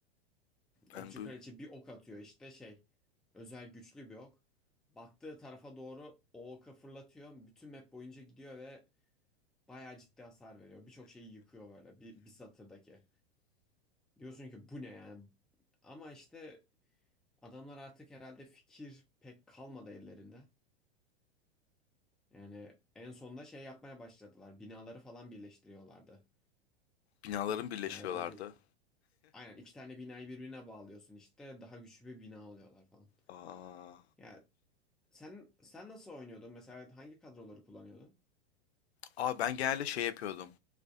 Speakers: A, in the centre; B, on the left.
A: Okçu
B: Ben bu
A: kraliçe bir ok atıyor işte şey. Özel güçlü bir ok. Baktığı tarafa doğru o oka fırlatıyor. Bütün map boyunca gidiyor ve bayağı ciddi hasar veriyor. Birçok şeyi yıkıyor böyle bir, bir satırdaki. Diyorsun ki bu ne yani? Ama işte adamlar artık herhalde fikir pek kalmadı ellerinde. Yani en sonunda şey yapmaya başladılar. Binaları falan birleştiriyorlardı.
B: binaların birleşiyorlardı.
A: Yani öyle aynen iki tane binayı birbirine bağlıyorsun işte daha güçlü bir bina oluyorlar falan.
B: Aa.
A: Ya Sen sen nasıl oynuyordun? Mesela hangi kadroları kullanıyordun?
B: Aa ben genelde şey yapıyordum.